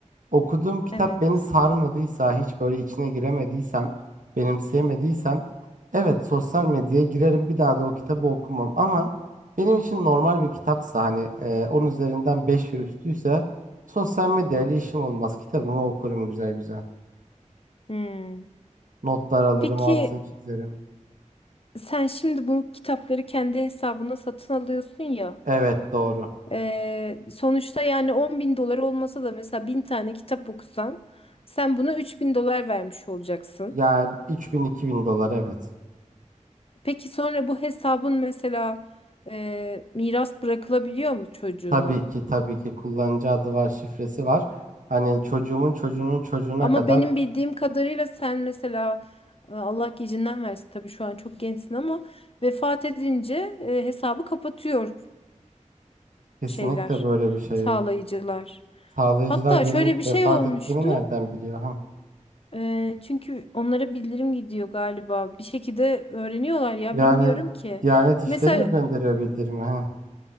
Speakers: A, on the right; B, on the left.
A: okuduğum kitap
B: Evet.
A: beni sarmadıysa, hiç böyle içine giremediysem, benimseyemediysem, evet sosyal medyaya girerim bir daha da o kitabı okumam. Ama benim için normal bir kitapsa hani e, 10 üzerinden 5 ve üstüyse sosyal medyayla işim olmaz. Kitabımı okurum güzel güzel.
B: Hmm.
A: Notlar alırım,
B: Peki
A: altını çizerim.
B: sen şimdi bu kitapları kendi hesabına satın alıyorsun ya.
A: Evet doğru.
B: Ee, sonuçta yani on bin dolar olmasa da mesela bin tane kitap okusan sen buna üç bin dolar vermiş olacaksın.
A: Yani üç bin iki bin dolar evet.
B: Peki sonra bu hesabın mesela e, miras bırakılabiliyor mu çocuğuna?
A: Tabii ki tabii ki kullanıcı adı var, şifresi var. Hani çocuğumun çocuğunun çocuğuna
B: Ama
A: kadar
B: benim bildiğim kadarıyla sen mesela e, Allah gecinden versin tabii şu an çok gençsin ama vefat edince e, hesabı kapatıyor
A: kesinlikle
B: şeyler,
A: böyle bir şey
B: sağlayıcılar.
A: yok. Sağlayıcılar
B: Hatta
A: benim
B: şöyle bir şey
A: vefat
B: olmuştu.
A: ettiğimi nereden biliyor ha?
B: e, çünkü onlara bildirim gidiyor galiba. Bir şekilde öğreniyorlar ya
A: Yani
B: bilmiyorum ki.
A: Diyanet İşleri
B: Mesela
A: mi gönderiyor bildirimi ha?